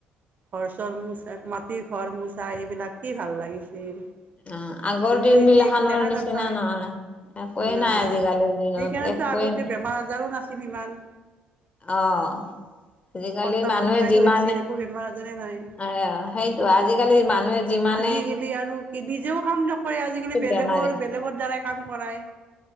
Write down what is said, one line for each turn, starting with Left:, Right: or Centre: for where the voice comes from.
Right: ঘৰ চৰ মুচা, মাটিৰ ঘৰ মুচা এইবিলাক কি ভাল লাগিছিল।
Left: অ আগৰ
Right: এইবিলাক
Left: দিন
Right: এতিয়া
Left: বিলাখানৰ
Right: একো দেখা
Left: নিচিনা
Right: নাপায়
Left: নাই। একোৱেই
Right: নাই
Left: আজিকালিৰ
Right: সেইকাৰণেতো
Left: দিনত একোৱেই
Right: আগতে বেমাৰ আজাৰো নাছিল ইমান।
Left: অহ। আজিকালি
Right: পন্তা
Left: মানুহে
Right: ভাত খাই
Left: যিমানে
Right: থৈ দিছিল একো বেমাৰ আজাৰে নাই
Left: এ সেইটো আজিকালি মানুহে যিমান
Right: আজিকালি আৰু কি নিজেও কাম নকৰে আজিকালি
Left: চব
Right: বেলেগৰ
Left: বেমাৰী
Right: বেলেগৰ দ্বাৰা কাম কৰায়